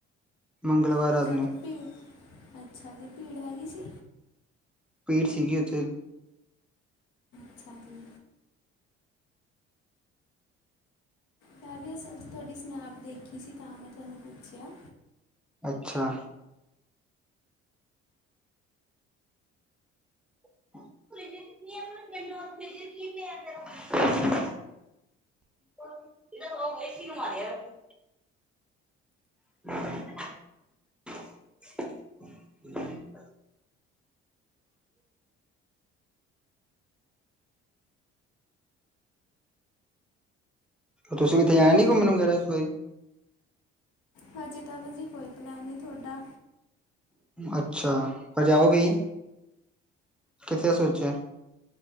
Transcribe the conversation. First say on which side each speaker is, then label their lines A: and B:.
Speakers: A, in the centre; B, on the left (about 75°).
A: ਮੰਗਲਵਾਰ
B: <unintelligible>
A: ਰਾਤ ਨੂੰ
B: ਅੱਛਾ ਜੀ ਭੀੜ ਹੈਗੀ ਸੀ?
A: ਭੀੜ ਸੀਗੀ ਉੱਥੇ।
B: ਅਛਾ ਜੀ। ਮੈ ਵੀ ਅਸੀ ਅਸੀ ਤੁਵਾਡੀ ਸਨੈਪ ਦੇਖੀ ਸੀ ਤਾਂ ਮੈ ਤੁਵਾਨੂੰ ਪੁੱਛਿਆ।
A: ਅਛਾ। <unintelligible> <unintelligible> <unintelligible> ਤੁਸੀ ਕਿਥੇ ਜਾਣਾ ਨੀ ਘੁੰਮਣ ਵਗੈਰਾ ਇਸ ਵਾਰੀ?
B: ਹਜੇ ਤਾ ਜੀ ਕੋਈ ਪਲੈਨ ਨੀ। <unintelligible>
A: ਅਛਾ ਤੇ ਜਾਓ ਗੇ ਈ ਕਿਥੇ ਸੋਚਿਯਾ?